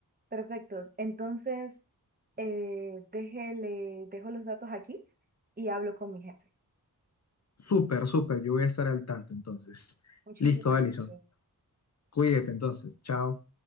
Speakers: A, on the right; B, on the left.
A: perfecto. Entonces, eh, déjele, dejo los datos aquí y hablo con mi jefe.
B: Súper, súper, yo voy a estar al tanto entonces.
A: Muchísimas
B: Listo, Alison.
A: gracias.
B: Cuídate entonces. Chao.